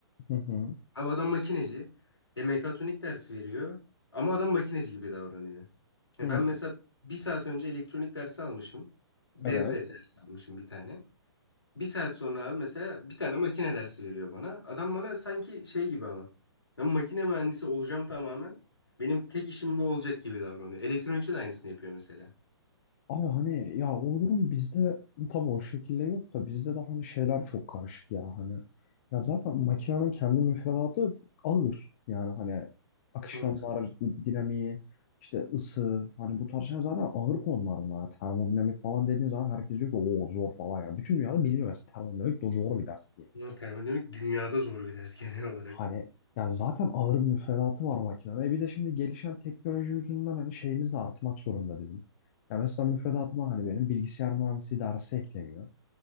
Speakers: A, on the left (about 30°); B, on the left (about 75°).
A: hı hı.
B: Abi adam makineci. E, mekatronik dersi veriyor. Ama adam makineci gibi davranıyor. E,
A: Hı,
B: ben mesela bir saat önce elektronik dersi almışım. Devre
A: evet.
B: dersi almışım bir tane. Bir saat sonra abi mesela bir tane makine dersi veriyor bana. Adam bana sanki şey gibi ama. Ben makine mühendisi olacağım tamamen. Benim tek işim bu olacak gibi davranıyor. Elektronikçi de aynısını yapıyor mesela.
A: Abi hani ya o durum bizde tabii o şekilde yok da bizde de hani şeyler çok karışık ya hani. Ya zaten makinenin kendi müfredatı ağır. Yani hani akışkanlar,
B: Evet.
A: dinamiği, işte ısı hani bu tarz şeyler zaten ağır konular bunlar. Termodinamik falan dediğin zaman herkes diyor ki o zor falan ya. Bütün dünyada biliniyor mesela termodinamik de zor bir ders diye.
B: Ama termodinamik dünyada zor bir ders <laughs> genel olarak.
A: Hani yani zaten ağır bir müfredatı var makinede. E bir de şimdi gelişen teknoloji yüzünden hani şeyimiz de artmak zorunda bizim. Ya mesela müfredatıma hani benim bilgisayar mühendisliği dersi ekleniyor.